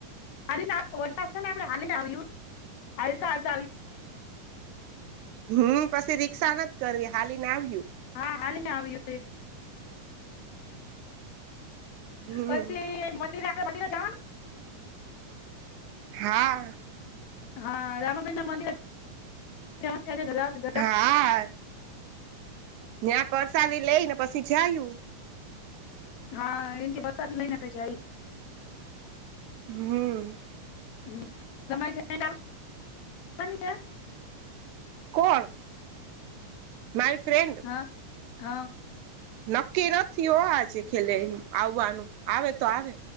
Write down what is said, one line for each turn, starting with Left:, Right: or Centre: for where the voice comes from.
Left: અને ના વરતાતાને હાલીને આવ્યું હતાતા આવ.
Right: હમ પછી રિક્ષા નથી કરવી હાલીને આવ્યું.
Left: હા હાલ ને આવ હતી.
Right: હમ
Left: પછી મંદિરે આ મંદીર જવાનું.
Right: હા.
Left: હા રામાપીર મંદિર <unintelligible>
Right: હા એ. જ્યાં પરસાદી લઈ ને પછી જયું.
Left: હા એમ કે પશાદીને લઈને જયુ.
Right: હમ.
Left: હમ તમારી બેન્ડ આવાની છે.
Right: કોણ મારી ફ્રેન્ડ.
Left: હા હા.
Right: નક્કી નથી હો આજ ખેલે આવવાનું આવે તો આવે.